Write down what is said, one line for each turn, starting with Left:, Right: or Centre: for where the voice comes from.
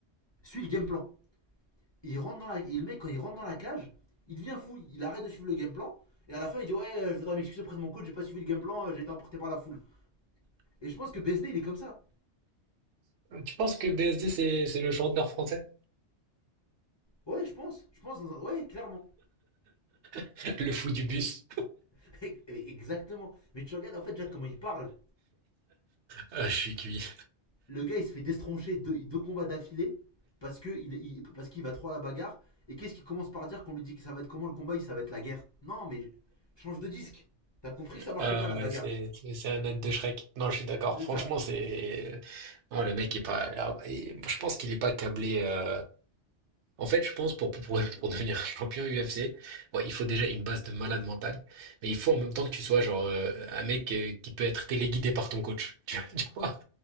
Left: suis le game plan. il rentre dans la, et le mec, quand il rentre dans la cage, il devient fou, il arrête de suivre le game plan. Et à la fin, il dit ouais, je voudrais m'excuser auprès de mon coach, j'ai pas suivi le game plan, euh, j'ai été emporté par la foule. Et je pense que BSD, il est comme ça.
Right: Tu penses que BSD, c'est c'est le chanteur français?
Left: Ouais, je pense, je pense, dans un- ouais, clairement.
Right: <laughs> Le fou du bus.
Left: <laughs> Exactement. Mais tu regardes en fait Jack comment il parle.
Right: Ah, je suis cuit.
Left: Le gars il se fait destroncher deux, deux combats d'affilée parce que il, il- parce qu'il va trop à la bagarre. Et qu'est-ce qu'il commence par dire qu'on lui dit que ça va être comment le combat, il ça va être la guerre. Non mais change de disque. T'as compris que ça marchait
Right: Ah,
Left: pas la
Right: ouais,
Left: bagarre.
Right: c'est c'est- c'est un âne de Shrek. Non, je suis d'accord.
Left: C'est
Right: Franchement,
Left: ça.
Right: c'est... Non, le mec est pas... ah, bah, Je pense qu'il est pas câblé... euh, En fait, je pense pour, pour, pour devenir un champion UFC, bon, il faut déjà une base de malade mental, mais il faut en même temps que tu sois genre euh, un mec euh, qui peut être téléguidé par ton coach. <laughs> Tu, tu vois?